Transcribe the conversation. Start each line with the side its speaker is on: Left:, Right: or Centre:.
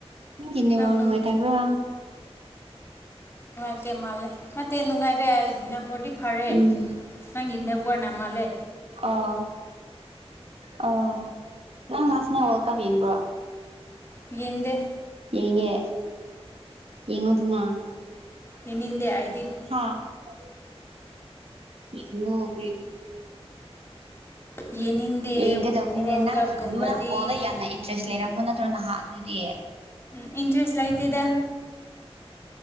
Right: ꯅꯪꯒꯤ ꯅꯦꯠꯋꯥꯛ
Left: ꯅꯪ
Right: ꯅꯨꯡꯉꯥꯏꯇꯕ꯭ꯔꯥ
Left: ꯅꯠꯇꯦ ꯃꯥꯜꯂꯦ ꯅꯠꯇꯦ ꯅꯨꯡꯉꯥꯏꯔꯦ ꯑꯩ ꯅꯝꯕꯔꯗꯤ ꯐꯔꯦ
Right: ꯎꯝ
Left: ꯅꯪꯒꯤ ꯅꯦꯠꯋꯔꯅ ꯃꯥꯜꯂꯦ
Right: ꯑꯣ ꯑꯣ ꯅꯪ ꯂꯥꯁꯅꯦ ꯋꯥꯜꯀꯞ ꯌꯦꯡꯕ꯭ꯔꯣ
Left: ꯌꯦꯗꯦ
Right: ꯌꯦꯉꯦ ꯌꯦꯉ ꯑꯗꯨꯅ
Left: ꯌꯥꯅꯤꯡꯗꯦ ꯍꯥꯏꯗꯤ
Right: ꯍꯥꯉ
Left: ꯌꯦꯡꯅꯤꯡꯗꯦ
Right: ꯌꯦꯡꯒꯗꯧꯕꯅꯤꯅꯦ
Left: ꯋꯥꯔꯜ ꯀꯞꯀꯨꯝꯕꯗꯤ
Right: ꯅꯪ ꯅꯪ ꯕꯣꯜꯗ ꯌꯥꯝꯅ ꯏꯟꯇꯔꯦꯁ ꯂꯩꯔꯝꯕ ꯅꯠꯇꯔꯣ ꯅꯠꯇ꯭ꯔꯣ ꯅꯍꯥꯛ ꯑꯗꯨꯗꯤꯌꯦ
Left: ꯏꯟꯇ꯭ꯔꯦꯁ ꯂꯩꯇꯦꯗ